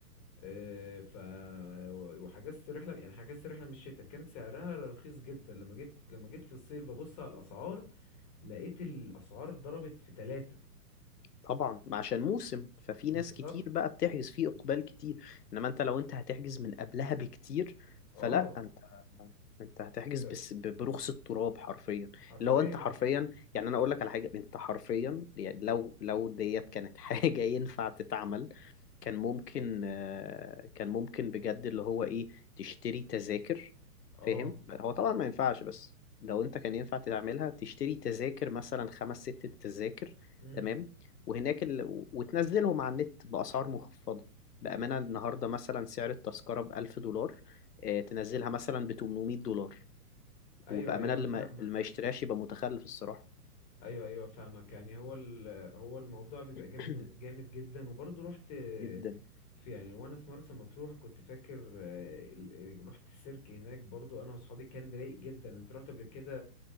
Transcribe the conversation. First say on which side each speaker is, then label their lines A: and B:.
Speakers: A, on the left; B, on the left.
A: آه، ف وحجزت رحله يعني حجزت رحله من الشتاء كان سعرها رخيص جدا لما جيت لما جيت في الصيف ببص على الاسعار لقيت الاسعار ضربت في ثلاثة
B: طبعا ما عشان موسم ففي
A: بالظبط
B: ناس كتير بقى بتحجز فيه اقبال كتير انما انت لو انت هتحجز من قبلها بكتير
A: اه
B: فلا انت انت هتحجز
A: ف-
B: بس ب- برخص التراب حرفيا
A: حرفيا
B: اللي هو انت حرفيا يعني انا اقول لك على حاجه انت حرفيا يعني لو لو ديت كانت <laughs> حاجه ينفع تتعمل كان ممكن آه، كان ممكن بجد اللي هو ايه تشتري تذاكر
A: اه
B: فاهم هو طبعا ما ينفعش بس لو انت كان ينفع تعملها تشتري تذاكر مثلا خمس ست تذاكر
A: امم
B: تمام وهناك ال... وتنزلهم على النت بأسعار مخفضة بأمانة النهاردة مثلا سعر التذكرة بألف دولار آه، تنزلها مثلا بتمنمية دولار
A: ايوه
B: وبأمانة
A: ايوه
B: اللي
A: فاهمك
B: ما, اللي ما يشتريهاش يبقى متخلف الصراحة
A: ايوه ايوه فاهمك يعني هو ال- هو الموضوع بيبقى
B: <clears throat>
A: جامد من- جامد جدا وبرضه رحت
B: جدا
A: في يعني وانا في مرسى مطروح كنت فاكر آه، ال- ال- رحت السيرك هناك برضه انا واصحابي كان رايق جدا انت رحت قبل كده